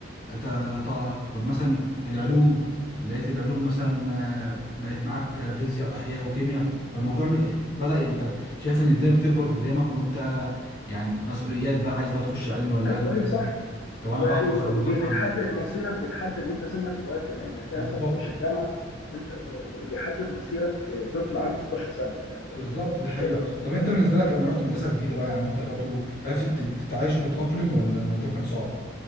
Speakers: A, on the left; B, on the left.
A: آه، ط- ط- طب مثلا العلوم لقيت العلوم مثلا آه، بقت معاك آه، فيزياء واحياء وكيمياء فالموضوع م- بدأ انت شايف ان الدنيا بتكبر قدامك وانت يعني مسؤوليات بقى عايز بقى تخش علم ولا
B: ايوه
A: ادبي
B: ايوه صح
A: طب انا
B: و-
A: بحفظ
B: و-
A: ولا
B: وبيتحدد
A: بفهم
B: مصيرك بيتحدد وانت سنك صغير كمان هتلاقي
A: بالظبط
B: نفسك تخش
A: يعني.
B: الجامعه وانت و- واللي بيحدد مصيرك اه، طفل عنده 16 سنه فاهم فدي
A: بالظبط
B: كانت مشكله
A: دي حقيقة طب انت بالنسبة لك لما رحت مدرسة جديدة بقى يعني انت برضو عرفت تت- تتعايش وتتأقلم ولا الموضوع كان صعب؟